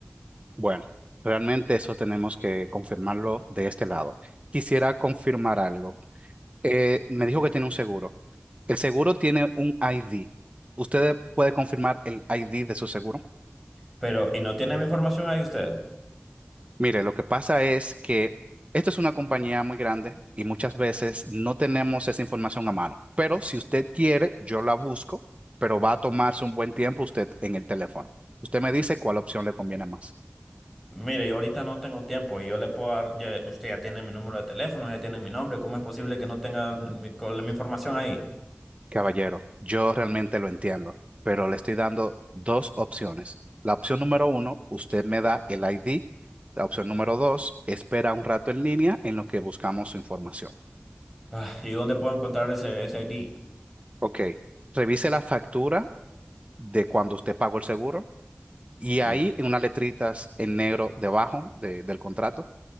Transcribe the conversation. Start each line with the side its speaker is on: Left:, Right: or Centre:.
Right: Bueno, realmente eso tenemos que confirmarlo de este lado. Quisiera confirmar algo. Eh, me dijo que tiene un seguro. El seguro tiene un ID. ¿Usted puede confirmar el ID de su seguro?
Centre: Pero, ¿y no tiene mi información ahí usted?
Right: Mire, lo que pasa es que esto es una compañía muy grande y muchas veces no tenemos esa información a mano. Pero si usted quiere, yo la busco, pero va a tomarse un buen tiempo usted en el teléfono. Usted me dice cuál opción le conviene más.
Centre: Mire, yo ahorita no tengo tiempo y yo le puedo dar, ya- usted ya tiene mi número de teléfono, ya tiene mi nombre, ¿cómo es posible que no tenga mi, col- mi información ahí?
Right: Caballero, yo realmente lo entiendo, pero le estoy dando dos opciones. La opción número uno, usted me da el ID. La opción número dos, espera un rato en línea en lo que buscamos su información.
Centre: Ah, ¿y dónde puedo encontrar ese, ese ID?
Right: Ok, revise la factura de cuando usted pagó el seguro Y
Centre: Y
Right: ahí,
Centre: yo,
Right: en unas letritas en negro debajo de- del contrato,